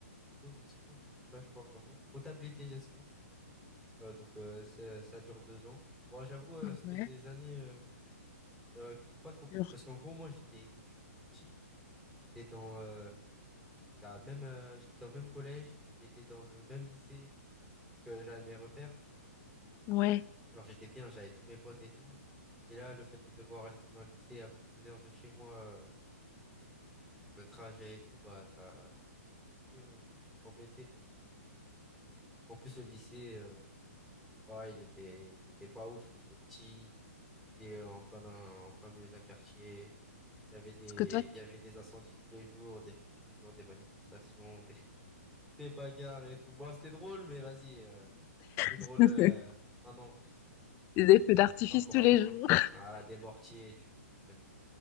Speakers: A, in the centre; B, on the left (about 30°).
A: co-gestion, du coup, là, je crois vraiment. Comptabilité-gestion. Euh, donc, euh, c'est- ça dure deux ans. Bon, j'avoue, euh, c'était
B: Ouais.
A: des années. euh, euh, qui m'ont pas trop plu
B: Genre,
A: parce qu'en gros moi j'étais depuis que je suis tout petit j'étais dans euh, la même euh, j'étais dans le même collège puis j'étais dans le même lycée que j'avais mes repères
B: ouais.
A: genre j'étais bien j'avais tous mes potes et tout et là le fait de devoir aller dans un lycée à plus d'une heure de chez moi euh, le trajet et tout bah ça a un peu embêté en plus le lycée euh, bah, il était il était pas ouf il était petit et euh, en plein d'un en plein milieu d'un quartier il y avait des,
B: Parce que toi,
A: il y avait des incendies tous les jours, des feux tous les jours, des manifestations, des bagarres et tout. Bon, c'était drôle, mais vas-y, euh, c'était drôle
B: <laughs>
A: euh,
B: t'as
A: un an, quoi.
B: des feux d'artifice
A: Pas pour
B: tous
A: apprendre.
B: les jours.
A: Voilà, des mortiers, tu, tu connais.